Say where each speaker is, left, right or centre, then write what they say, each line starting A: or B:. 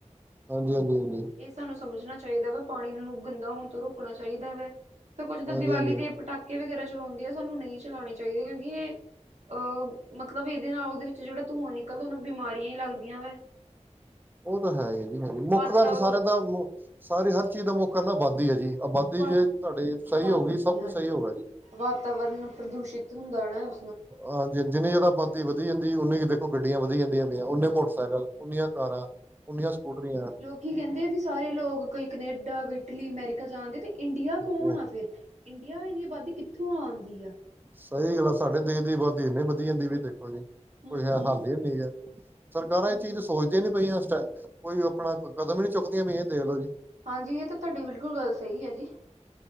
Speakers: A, on the right; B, on the right.
A: ਹਾਂਜੀ, ਹਾਂਜੀ, ਹਾਂਜੀ।
B: ਏਸਾਨੂੰ ਸਮਝਣਾ ਚਾਹੀਦਾ ਵਾ, ਪਾਣੀ ਨੂੰ ਗੰਦਾ ਹੋਣ ਤੋਂ ਰੋਕਣਾ ਚਾਹੀਦਾ ਵੈ। ਤੇ ਕੁਝ ਤੇ
A: ਹਾਂਜੀ
B: ਦੀਵਾਲੀ
A: ਹਾਂਜੀ
B: ਤੇ ਪਟਾਕੇ ਵਗੈਰਾ ਚਲਾਉਂਦੇ ਆ, ਓ ਸਾਨੂੰ ਨਈ ਚਲਾਣੇ ਚਾਈਦੇ ਕਿਓਕੇ ਏ 'ਅਹ ਮਤਲਬ ਏਦੇ ਨਾਲ ਓਹਦੇ ਵਿੱਚ ਜੇੜਾ ਧੂੰਆਂ ਨਿਕਲਦਾ ਓਹਨੂੰ ਬਿਮਾਰੀਆਂ ਇ ਲੱਗਦੀਆਂ ਵੈ।
A: ਓ ਤਾਂ ਐ ਜੀ ਹੈ, ਜੀ ਮੁੱਖ
B: ਵਾਤਾਵਰਨ
A: ਤਾਨੂੰ ਸਾਰਿਆਂ ਦਾ ਸਾਰੀ ਹਰ ਚੀਜ਼ ਦਾ ਮੁੱਖ ਕਾਰਨ ਆਬਾਦੀ ਐ ਜੀ। ਆਬਾਦੀ
B: ਵਾ
A: ਜੇ ਤੁਹਾਡੇ ਸਈ
B: ਹਾਂਜੀ
A: ਹੋਗੀ ਸਬ
B: ਹਾਂਜੀ
A: ਕੁਝ ਸਈ ਹੋਊਗਾ ਜੀ।
B: ਵਾਤਾਵਰਨ ਪ੍ਰਦੂਸ਼ਿਤ ਹੁੰਦਾ ਨਾ ਓ
A: ਹਾਂਜੀ-ਹਾਂਜੀ ਜਿੰਨੀ ਜਿਆਦਾ ਅਬਾਦੀ ਵਧੀ ਜਾਂਦੀ, ਓਨੀ ਦੇਖੋ ਗੱਡੀਆਂ ਵਧੀ ਜਾਂਦੀਆਂ। ਉਨੇ ਮੋਟਰਸਾਈਕਲ, ਉਨੀਆਂ ਕਾਰਾਂ, ਉਨੀਆਂ ਕਾਰਾ, ਸਕੂਟਰੀਆਂ।
B: ਕੀ ਕੈਦੇ ਆ ਵੀ ਸਾਰੇ ਲੋਕ ਕੋਈ ਕਨੇਡਾ, ਕੋਈ ਇਟਲੀ, ਅਮੈਰੀਕਾ ਜਾਣ ਦਏ ਤੇ ਇੰਡੀਆ ਕੌਣ
A: ਉਹ
B: ਆ ਫੇਰ? ਇੰਡੀਆ ਚ ਇੰਨੀ ਆਬਾਦੀ ਕਿੱਥੋਂ ਆਦੀਂ ਆਂ?
A: ਸਹੀ ਗੱਲ ਆ ਸਾਡੇ ਦੇਸ਼ ਦੀ ਆਬਾਦੀ ਏਨੀ ਵਧੀ ਜਾਂਦੀ ਵੀ, ਦੇਖੋ ਜੀ, ਕੋਈ
B: ਹਮ
A: ਹੱਲ
B: ਹਮ
A: ਈ ਹੈਨੀ ਗਾ। ਸਰਕਾਰਾਂ ਏ
B: ਹਮ
A: ਚੀਜ਼ ਸੋਚਦੀਆਂ ਨੀ ਪਈਆਂ, ਕੋਈ ਆਪਣਾ ਕਦਮ ਈ ਨੀ ਚੁੱਕਦੀਆਂ ਪਈਆਂ ਦੇਖ ਲੋਜੀ।
B: ਹਾਂਜੀ ਏ ਤਾਂ ਤੁਆਡੀ ਬਿਲਕੁਲ ਗੱਲ ਸਹੀ ਐ ਜੀ।